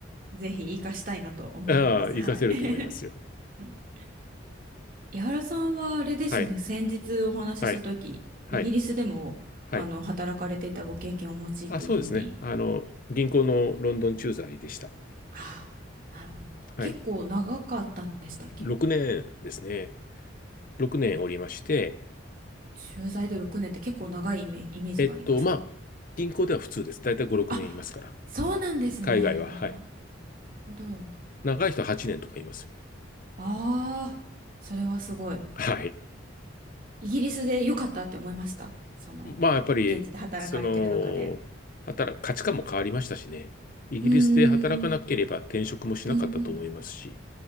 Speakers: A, on the right; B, on the left.
A: ぜひ活かしたいなと思ってます。
B: ああ、活かせると思いますよ。
A: はい。<laughs> 井原さんはあれですよね。
B: はい、
A: 先日お話しした時、
B: はい、はい、
A: イギリスでも、
B: はい。
A: あの、働かれていたご経験をお持ちっていうふうに。
B: あ、そうですね、あの、銀行のロンドン駐在でした。
A: ああ、なるほど。
B: はい、
A: 結構長かったんでしたっけ
B: 6年ですね、6年おりまして、
A: 駐在で6年って結構長いイメ、イメージがありますね。
B: えっと、まあ、銀行では普通です。だいたい5、6年いますから。
A: あ、そうなんですね。
B: 海外は、
A: ああ、
B: はい。
A: なるほど。
B: 長い人は8年とかいますよ。
A: ああ、それはすごい。
B: はい。
A: イギリスで良かったって思いました。その、
B: まあ、やっぱり、
A: 現地で働かれてる中で。
B: その、働く、価値観も変わりましたしね。イギリスで働かなければ転職もしなかったと思いますし。
A: うーん、うんうん。